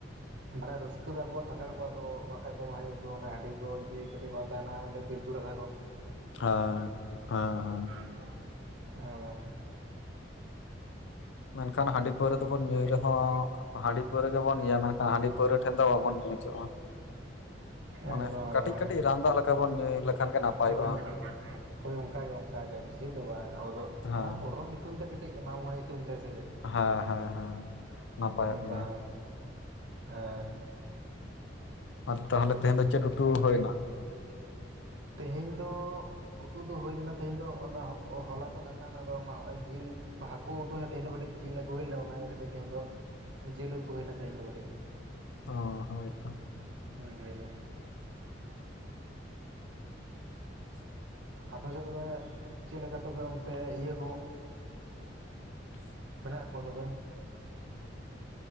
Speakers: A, on the right; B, on the left.
A: ᱵᱟᱠᱷᱟᱡ ᱨᱟᱹᱥᱠᱟᱹ ᱫᱚ ᱟᱵᱚᱣᱟᱜ ᱥᱟᱱᱛᱟᱲ ᱠᱚᱣᱟᱜᱼᱼ ᱫᱚ ᱵᱟᱠᱷᱟᱡ ᱫᱚ ᱵᱟᱝ ᱦᱩᱭᱩᱜ ᱫᱚ ᱚᱱᱟ ᱦᱟᱺᱰᱤ ᱠᱚ ᱡᱩᱫᱤ ᱠᱟᱴᱤᱡ ᱵᱟᱝ ᱛᱟᱦᱮᱸᱱᱟ ᱯᱤᱞᱪᱩ ᱨᱟᱥᱟ ᱠᱚ
B: ᱦᱮᱸ ᱦᱮᱸ ᱦᱮᱸ
A: ᱮᱠᱫᱚᱢ
B: ᱢᱮᱱᱠᱷᱟᱱ ᱦᱟᱺᱰᱤ ᱯᱟᱹᱣᱨᱟᱹ ᱫᱚᱵᱚᱱ ᱧᱩᱭ ᱨᱮᱦᱚᱸ ᱦᱟᱺᱰᱤ ᱯᱟᱹᱣᱨᱟᱹ ᱜᱮᱵᱚᱱ ᱧᱩᱭᱟ ᱢᱮᱱᱠᱷᱟᱱ ᱦᱟᱺᱰᱤ ᱯᱟᱹᱣᱨᱟᱹ ᱴᱷᱮᱱ ᱫᱚ ᱵᱟᱵᱚᱱ ᱧᱩ ᱦᱚᱪᱚᱜᱼᱟ ᱢᱟᱱᱮ
A: ᱮᱠᱫᱚᱢ ᱮᱠᱫᱚᱢ
B: ᱠᱟᱹᱴᱤᱡ
A: ᱮᱠᱫᱚᱢ
B: ᱠᱟᱹᱴᱤᱡ ᱨᱟᱱ ᱫᱟᱜ ᱞᱮᱠᱟ ᱵᱚᱱ ᱧᱩᱭ ᱞᱮᱠᱷᱟᱱ ᱜᱮ ᱱᱟᱯᱟᱭᱚᱜᱼᱟ
A: ᱦᱳᱭ ᱦᱳᱭ ᱦᱳᱭ ᱚᱱᱠᱟ ᱜᱮ ᱚᱱᱠᱟ ᱜᱮ ᱵᱤᱥᱤ ᱫᱚ ᱵᱟᱝ ᱟᱵᱚ ᱫᱚ
B: ᱦᱮᱸ
A: ᱚᱱᱟ ᱯᱚᱨᱚᱵᱽ ᱧᱩᱛᱩᱢ ᱛᱮ ᱠᱟᱹᱴᱤᱡᱼᱼ ᱴᱤᱡ ᱢᱟᱜᱽ ᱢᱚᱬᱮ ᱧᱩᱛᱩᱢ ᱛᱮ ᱥᱮ ᱪᱮᱫ?
B: ᱦᱮᱸ ᱦᱮᱸ ᱦᱮᱸ ᱱᱟᱯᱟᱭᱚᱜ
A: ᱚᱱᱠᱟ
B: ᱜᱮᱭᱟ
A: ᱦᱮᱸ
B: ᱟᱨ ᱛᱟᱦᱚᱞᱮ ᱛᱮᱦᱮᱧ ᱫᱚ ᱪᱮᱫ ᱩᱛᱩ ᱦᱳᱭᱳᱜᱼᱟ?
A: ᱛᱮᱦᱮᱧ ᱫᱚᱼᱼ ᱩᱛᱩ ᱫᱚ ᱦᱳᱭ ᱠᱟᱱᱟ ᱛᱮᱦᱮᱧ ᱫᱚ ᱚᱱᱟ ᱦᱚᱞᱟ ᱫᱚ ᱱᱟᱜᱼᱠᱷᱟᱱ ᱟᱫᱚ ᱡᱤᱞᱼᱼ ᱦᱟᱹᱠᱩ ᱩᱛᱩ ᱛᱮᱦᱮᱧ ᱫᱚ ᱠᱟᱹᱴᱤᱡ ᱡᱤᱞ ᱟᱜᱩ ᱦᱩᱭᱞᱱᱟ ᱚᱱᱟ ᱜᱮ ᱠᱟᱹᱴᱤᱡ ᱛᱮᱦᱮᱧ ᱫᱚᱼᱼ ᱡᱤᱞ ᱩᱛᱩ ᱦᱳᱭᱱᱟ ᱛᱮᱦᱮᱧ ᱫᱚ ᱠᱟᱹᱴᱤᱡ
B: ᱚ ᱦᱳᱭ ᱛᱚ
A: ᱚ ᱡᱟᱞᱟ
B: <inaudible>
A: ᱟᱯᱮ ᱥᱮᱫ ᱛᱚᱵᱮ ᱪᱮᱫ ᱞᱮᱠᱟ ᱛᱚᱵᱮ ᱚᱱᱛᱮ ᱤᱭᱟᱹ ᱠᱚᱼᱼ
B: <inaudible>
A: ᱢᱮᱱᱟᱜ ᱠᱚᱣᱟ ᱛᱚᱵᱮ